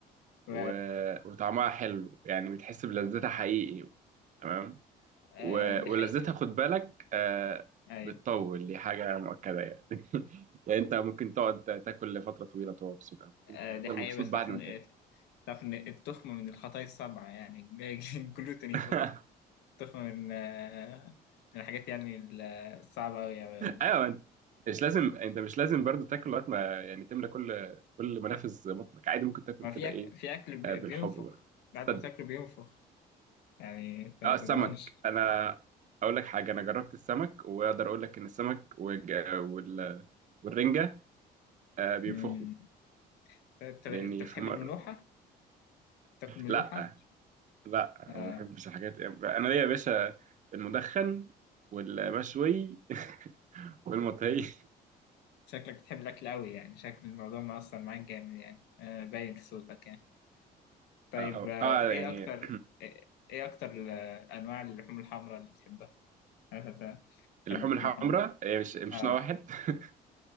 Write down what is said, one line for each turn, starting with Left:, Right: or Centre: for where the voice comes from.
Left: و...
Right: و- وطعمها حلو يعني بتحس بلذتها حقيقي تمام
Left: آه
Right: و-
Left: دي حقيقة
Right: ولذتها خد بالك آه،
Left: أيوة
Right: بتطول دي حاجة مؤكدة يعني <laughs> يعني أنت ممكن تقعد تاكل لفترة طويلة وتبقى مبسوط أوي
Left: آه
Right: ممكن تفضل
Left: دي حقيقة
Right: مبسوط
Left: بس
Right: بعد
Left: تعرف
Right: ما
Left: إن
Right: تاكل
Left: تعرف إن التخمة من الخطايا السبعة يعني <laughs> الجلوتين
Right: <laughs>
Left: بيقول لك التخمة من آه من الحاجات يعني ال- الصعبة أوي أوي أوي يعني
Right: أيوه أنت مش لازم أنت مش لازم برضو تاكل لغاية ما يعني تملى كل كل منافذ بطنك عادي ممكن تاكل
Left: ما
Right: كده
Left: في أك...
Right: إيه
Left: في أكل بي-
Right: آه، بالحب
Left: بينفخ
Right: برضه
Left: بعد
Right: تصدق.
Left: ما تاكله بينفخ يعني أنت ما
Right: اه
Left: تضمنش
Right: السمك انا اقول لك حاجه انا جربت السمك واقدر اقول لك ان السمك والج... وال... والرنجه آه بينفخوا
Left: أمم. أنت أنت
Right: لاني
Left: بتحب
Right: في مره
Left: الملوحة؟ تاكل ملوحة؟
Right: لا لا
Left: آه
Right: ما بحبش الحاجات انا ليا يا باشا في المدخن والمشوي <laughs> والمطهي
Left: شكلك بتحب الأكل أوي يعني شكل الموضوع مأثر معاك جامد يعني آه باين في صوتك يعني طيب
Right: اه
Left: آه،
Right: آه،
Left: ايه
Right: يعني
Left: اكتر ايه إيه اكتر ال- انواع اللحوم الحمراء اللي بتحبها انا بحب
Right: اللحوم
Left: بحب اللحوم
Right: الحمراء
Left: الحمراء
Right: هي مش مش
Left: اه
Right: نوع واحد <laughs>